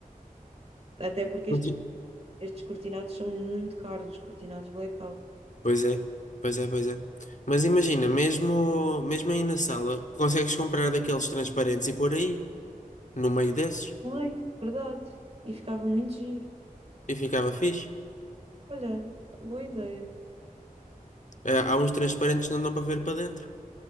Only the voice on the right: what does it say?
Até porque
estes,
estes cortinados são muito caros, os cortinados blackout.
Ai, verdade. E ficava muito giro.
Olha, boa ideia.